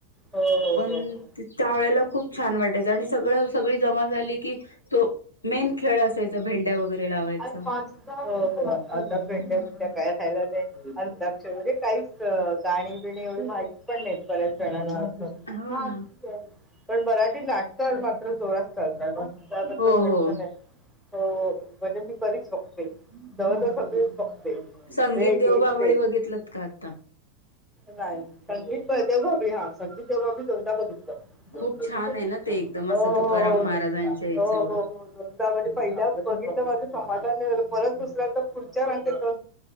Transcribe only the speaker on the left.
पण
त.. त्यावळेला खूप छान वाटायचं आणि सगळं सगळी जमा झाली की तो मेन खेळ असायचा भेंड्या वगैरे लावायचा.
हम्म
हो
ना.
हो
हो
संगीत
देवबाभळी
बघितलंत का आता?
खूप छान आहे ना ते एकदम असं
तुकाराम महाराजांच्या याच्यावर